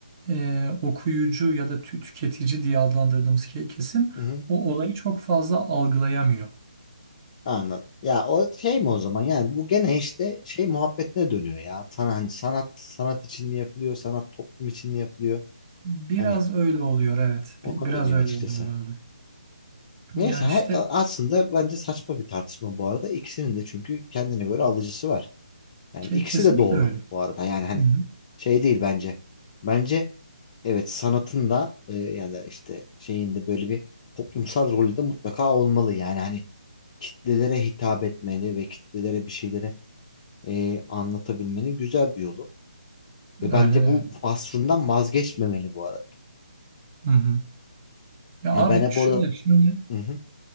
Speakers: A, on the right (about 25°); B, on the left (about 25°).
A: e, okuyucu ya da tü- tüketici diye adlandırdığımız ke- kesim
B: Hı hı.
A: o olayı çok fazla algılayamıyor.
B: Anladım. Ya o şey mi o zaman yani bu gene işte şey muhabbetine dönüyor ya. Sana hani sanat sanat için mi yapılıyor, sanat toplum için mi yapılıyor?
A: Biraz
B: Hani
A: öyle oluyor evet.
B: ona
A: Bi- Biraz
B: dönüyor
A: öyle
B: açıkçası.
A: oluyor abi.
B: Neyse
A: Ya
B: her-
A: işte
B: aslında bence saçma bir tartışma bu arada. İkisinin de çünkü kendine göre alıcısı var. Yani
A: ke-
B: ikisi
A: kesinlikle
B: de doğru
A: öyle.
B: bu arada. Yani hani
A: Hı-hı.
B: şey değil bence. Bence evet sanatın da e, ya da işte şeyin de böyle bir toplumsal rolü de mutlaka olmalı. Yani hani kitlelere hitap etmeli ve kitlelere bir şeyleri e, anlatabilmenin güzel bir yolu. Ve bence
A: Aynen öyle.
B: bu vasfından vazgeçmemeli bu arada.
A: Hı-hı. Ya
B: Ha,
A: abi
B: Ben hep
A: şöyle
B: orada
A: şimdi
B: Hı hı.